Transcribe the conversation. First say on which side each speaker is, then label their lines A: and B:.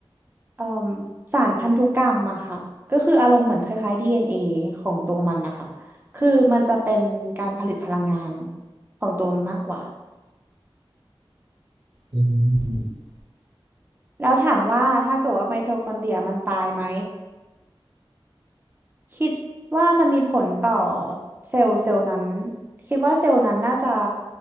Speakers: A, on the right; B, on the right.
A: เอ่มสารพันธุกรรมอะค่ะก็คืออารมณ์เหมือนคล้ายๆ DNA ของตัวมันนะคะคือมันจะเป็นการผลิตพลังงานของตัวมันมากกว่า
B: อืม
A: แล้วถามว่าถ้าเกิดว่าไมโทคอนเดรียมันตายไหมคิดว่ามันมีผลต่อเซลล์เซลล์นั้นคิดว่าเซลล์นั้นน่าจะ